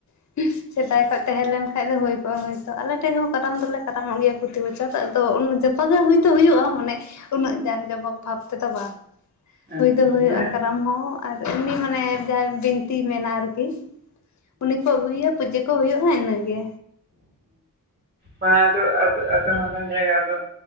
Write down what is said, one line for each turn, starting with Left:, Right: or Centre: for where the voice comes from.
Left: ᱾ ᱥᱮᱫᱟᱭ ᱠᱷᱚᱡ ᱛᱟᱦᱮᱸᱞᱮᱱ ᱠᱷᱟᱡ ᱫᱚ ᱦᱩᱭ ᱠᱚᱜᱼᱟ ᱦᱳᱭ ᱛᱚ ᱟᱞᱮ ᱴᱷᱮᱡ ᱦᱚᱸ ᱠᱟᱨᱟᱢ ᱫᱚᱞᱮ ᱠᱟᱨᱟᱢᱚᱜ ᱜᱮᱭᱟ᱾ ᱯᱨᱚᱛᱤ ᱵᱚᱪᱷᱚᱨ ᱟᱫᱚ ᱩᱱ ᱡᱚᱛᱚᱜᱮ ᱦᱩᱭ ᱫᱚ ᱦᱩᱭᱩᱜᱼᱟ ᱢᱟᱱᱮ ᱩᱱᱟᱹᱜ ᱡᱟᱸᱠ ᱡᱚᱢᱚᱠ ᱵᱷᱟᱵ ᱛᱮᱫᱚ ᱵᱟᱝ᱾
Right: ᱟᱪᱪᱷᱟ
Left: ᱦᱩᱭ ᱫᱚ ᱦᱩᱭᱩᱜᱼᱟ
Right: ᱢᱟᱱᱮ
Left: ᱠᱟᱨᱟᱢ ᱦᱚᱸ ᱟᱨ ᱮᱢᱱᱤ ᱢᱟᱱᱮ ᱡᱟᱦᱟᱸᱭ ᱵᱤᱱᱛᱤᱭ ᱢᱮᱱᱟ ᱟᱨᱠᱤ᱾ ᱩᱱᱤ ᱠᱚ ᱟᱹᱜᱩᱭᱟ ᱯᱩᱡᱟᱹ ᱠᱚ ᱦᱩᱭᱩᱜᱼᱟ ᱤᱱᱟᱹᱜᱮ᱾
Right: ᱵᱟᱝᱟ ᱟᱫᱚ ᱟᱫᱚᱢ ᱟᱫᱚᱢ ᱢᱟᱨᱟᱝ ᱡᱟᱭᱜᱟ ᱨᱮᱫᱚ